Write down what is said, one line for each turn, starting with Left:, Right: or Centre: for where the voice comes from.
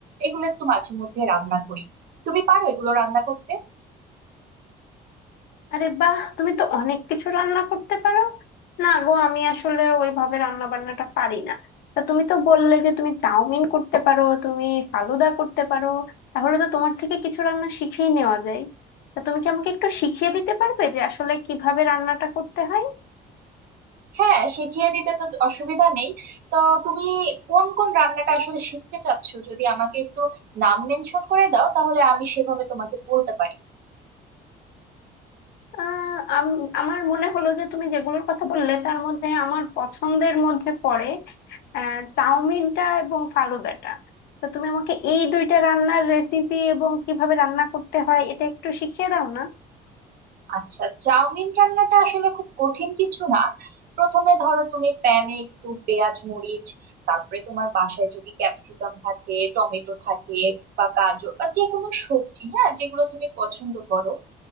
Right: এগুলো একটু মাঝে মধ্যে রান্না করি তুমি পারো এগুলো রান্না করতে
Left: আরে বাহ তুমি তো অনেক কিছু রান্না করতে পারো না গো আমি আসলে ওইভাবে রান্না বান্নাটা পারি না তা তুমি তো বললে যে তুমি চাউমিন করতে পারো তুমি ফালুদা করতে পারো তাহলে তো তোমার থেকে কিছু রান্না শিখেই নেওয়া যায় তা তুমি কি আমাকে একটু শিখিয়ে দিতে পারবে যে আসলে কিভাবে রান্নাটা করতে হয়
Right: হ্যাঁ শিখিয়ে দিতে তো অসুবিধা নেই তো তুমি কোন কোন রান্নাটা আসলে শিখতে চাচ্ছো যদি আমাকে একটু নাম মেনশন করে দাও তাহলে আমি সেভাবে তোমাকে বলতে পারি
Left: আহ, আম- আমার মনে হলো যে তুমি যেগুলোর কথা বললে তার মধ্যে আমার পছন্দের মধ্যে পড়ে আহ, চাউমিনটা এবং ফালুদাটা তো তুমি আমাকে এই দুইটা রান্নার রেসিপি এবং কিভাবে রান্না করতে হয় এটা একটু শিখিয়ে দাও না
Right: আচ্ছা চাউমিন রান্নাটা আসলে খুব কঠিন কিছু না প্রথমে ধরো তুমি প্যানে একটু পেঁয়াজ মরিচ তারপরে তোমার বাসায় যদি ক্যাপসিকাম থাকে টমেটো থাকে বা গাজর বা যে কোনো সবজি হ্যাঁ যেগুলো তুমি পছন্দ করো